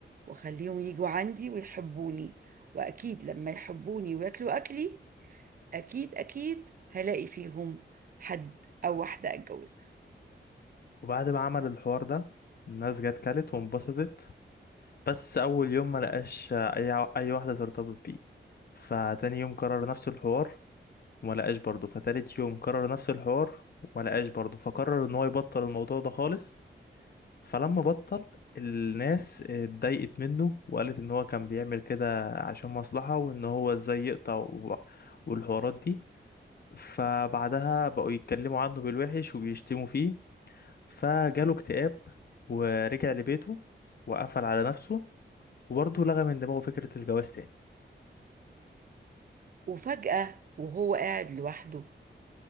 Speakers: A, on the right (about 50°); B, on the left (about 55°).
A: وأخليهم يجوا عندي ويحبوني وأكيد لما يحبوني وياكلوا أكلي أكيد أكيد هلاقي فيهم حد أو واحدة أتجوزها
B: وبعد ما عمل الحوار ده الناس جت كلت وانبسطت بس اول يوم ما لقاش اي اي واحده ترتبط بيه فتاني يوم كرر نفس الحوار وما لقاش برضه فتالت يوم كرر نفس الحوار وما لقاش برضه فقرر ان هو يبطل الموضوع ده خالص فلما بطل الناس اتضايقت منه وقالت ان هو كان بيعمل كده عشان مصلحه وان هو ازاي يقطع و- والحوارات دي فبعدها بقوا يتكلموا عنه بالوحش وبيشتموا فيه فجاله اكتئاب ورجع لبيته وقفل على نفسه وبرضه لغى من دماغه فكرة الجواز تاني
A: وفجأة وهو قاعد لوحده